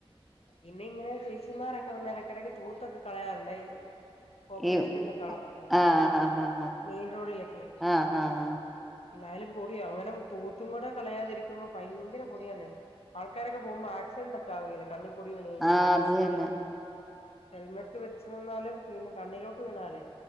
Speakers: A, on the left (about 85°); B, in the centre.
A: പിന്നെ ഇങ്ങനെ ചേച്ചിമാരൊക്കെ വന്ന് എടക്കെടക്ക് തൂത്തൊക്കെ കളയാറുണ്ട് ഈ കോർപ്പറേഷനിന്നൊക്ക
B: ഈ
A: ആള് വന്ന്
B: ആഹ് ആഹ് ആഹ്
A: മെയിൻ റോഡിലെക്കേ
B: ആഹ് ആഹ് ആഹ്
A: ഇന്നാലും പൊടിയാ അങ്ങനെ തൂത്തും കൂടെ കളയാതിരിക്കുമ്പോ ഭയങ്കര പൊടിയാന്നെ ആൾക്കാരെക്കെ പോകുമ്പോ ആക്സിഡന്റ് ഒക്കെ ആവുകേലെ കണ്ണിപ്പൊടി വീണ് കഴിഞ്ഞ്ട്ട്
B: ആഹ് അത് തന്നെ
A: ഹെൽമെറ്റ് വെച്ച് നിന്നാലും പിന്നെ കണ്ണിലോട്ട് വീണാലേ